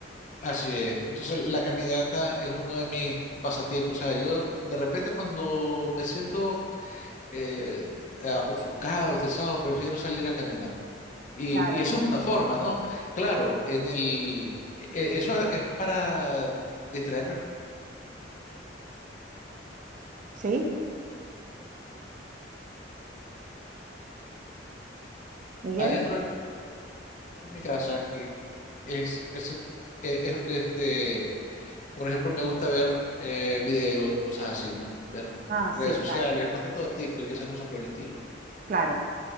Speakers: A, on the left (about 40°); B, on the right (about 40°).
A: Así es. Entonces, la caminata es uno de mis pasatiempos. O sea, yo de repente cuando me siento eh, ah, ofuscado, estresado, prefiero salir a caminar. Y,
B: Claro.
A: y eso es una forma, ¿no? Claro, en el, e- eso es para distraerme
B: ¿Sí, Miguel?
A: adentro de mi casa, que Es, es, un- e- e- este, por ejemplo, me gusta ver eh, videos y cosas así, ¿no? Ver
B: Ah,
A: redes
B: sí,
A: sociales,
B: claro,
A: más que todo TikTok y esas cosas por el estilo.
B: claro.